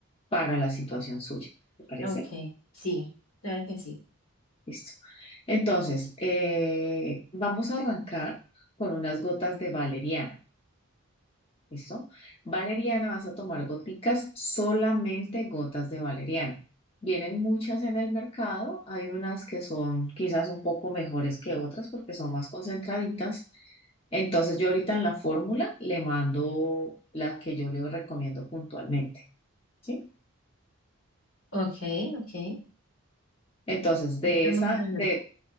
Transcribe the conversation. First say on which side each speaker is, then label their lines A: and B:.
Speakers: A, on the left; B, on the left.
A: para la situación suya. ¿Te parece?
B: ok, sí, claro que sí.
A: Listo. Entonces, eh, vamos a arrancar con unas gotas de valeriana. ¿Listo? Valeriana, vas a tomar goticas, solamente gotas de valeriana. Vienen muchas en el mercado, hay unas que son quizás un poco mejores que otras porque son más concentraditas, Entonces yo ahorita en la fórmula le mando la que yo le recomiendo puntualmente, ¿sí?
B: Ok, ok.
A: Entonces de
B: Está
A: esa,
B: mandando-
A: de,